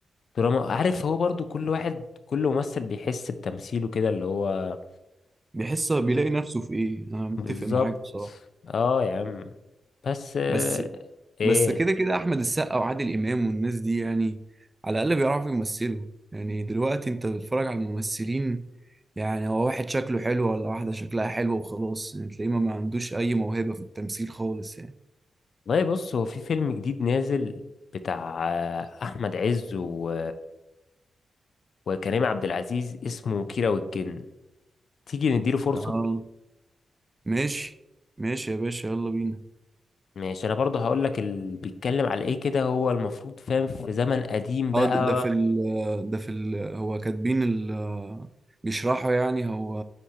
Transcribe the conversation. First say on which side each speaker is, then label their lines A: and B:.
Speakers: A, on the left; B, on the right.
A: دراما عارف هو برضو كل واحد كل ممثل بيحس بتمثيله كده اللي هو
B: بيحس بيلاقي نفسه في إيه أنا متفق
A: بالظبط
B: معاك بصراحة
A: اه يا عم بس آه،
B: بس
A: ايه
B: بس كده كده أحمد السقا وعادل إمام والناس دي يعني على الأقل بيعرفوا يمثلوا يعني دلوقتي أنت بتتفرج على الممثلين يعني هو واحد شكله حلو ولا واحدة شكلها حلوة وخلاص يعني تلاقيه ما ما عندوش أي موهبة في التمثيل خالص يعني
A: والله بص هو في فيلم جديد نازل بتاع آه، احمد عز و... وكريم عبد العزيز اسمه كيرة والجن تيجي نديله فرصة
B: آه ماشي ماشي يا باشا يلا بينا
A: ماشي انا برضه هقول لك اللي بيتكلم على ايه كده هو المفروض فاهم في زمن قديم بقى
B: اه ده ده في ال ده في ال هو كاتبين ال بيشرحوا يعني هو